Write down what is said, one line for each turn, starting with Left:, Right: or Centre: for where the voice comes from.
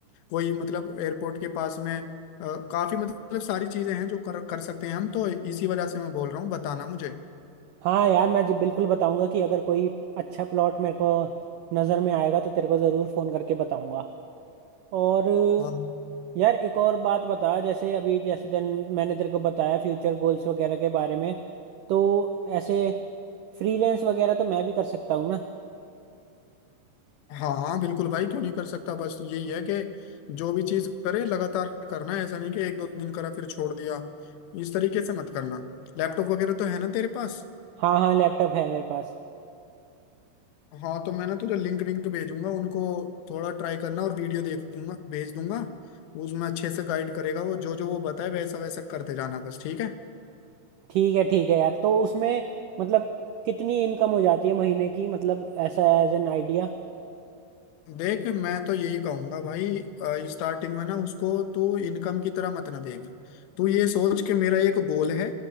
Left: कोई मतलब एयरपोर्ट के पास में अ, काफी मतलब सारी चीजें हैं जो कर कर सकते हैं हम तो इसी वजह से मैं बोल रहा हूँ बताना मुझे
Right: हाँ यार मैं जब बिल्कुल बताऊंगा कि अगर कोई अच्छा प्लॉट मेरे को नज़र में आएगा तो तेरे को ज़रूर फ़ोन करके बताऊंगा और
Left: हाँ
Right: यार एक और बात बता जैसे अभी जैसे तेन मैंने तेरे को बताया फ्यूचर गोल्स वगैरह के बारे में तो ऐसे फ्रीलांस वगैरह तो मैं भी कर सकता हूँ ना
Left: हाँ हाँ, बिल्कुल भाई क्यों नहीं कर सकता बस यही है कि जो भी चीज करे लगातार करना है ऐसा नहीं कि एक दो दिन करा फिर छोड़ दिया इस तरीके से मत करना लैपटॉप वगैरह तो है ना तेरे पास
Right: हाँ हाँ लैपटॉप है मेरे पास
Left: हाँ तो मैं ना तुझे लिंक विंक भेजूंगा उनको थोड़ा ट्राई करना और वीडियो देख दूंगा भेज दूंगा उसमें अच्छे से गाइड करेगा वो जो जो वो बताए वैसा वैसा करते जाना बस ठीक है
Right: ठीक है ठीक है यार तो उसमें मतलब कितनी इनकम हो जाती है महीने की मतलब ऐसा एज एन आइडिया
Left: देख मैं तो यही कहूंगा भाई स्टार्टिंग में ना उसको तू इनकम की तरह मत ना देख तू ये सोच के मेरा एक गोल है